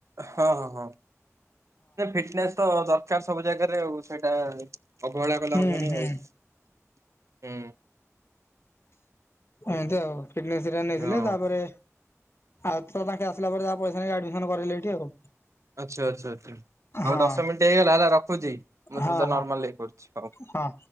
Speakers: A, on the right; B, on the left.
A: ହଁ ହଁ ହଁ। ଫିଟନେସ୍ ତ ଦରକାର ସବୁ ଜାଗାରେ ଆଉ ସେଇଟା ଅବହେଳା କଲେ
B: ହଁ
A: ହବନି
B: ହୁଁ ହୁଁ
A: ଆଉ। ହୁଁ।
B: ଏମିତି ଆଉ ଫିଟନେସ୍ ରେ ନେଇଥିଲେ
A: ହଁ
B: ତାପରେ ଆଉ ତ ତାଙ୍କେ ଆସିଲା ପରେ ଜାହା ପଇସା ନେଇକି ଆଡମିସନ୍ କରେଇଲେ ଏଠି ଆଉ।
A: ଆଚ୍ଛା ଆଚ୍ଛା ଆଛା। ହଉ
B: ହଁ
A: ଦଶ ମିନିଟ୍ ହେଇଗଲା ହେଲା ରଖୁଚି ମୁଁ
B: ହଁ
A: ତୁ ସହ
B: ହଁ
A: ନର୍ମାଲ ହେଇ କରୁଚି ହଉ।
B: ହଁ।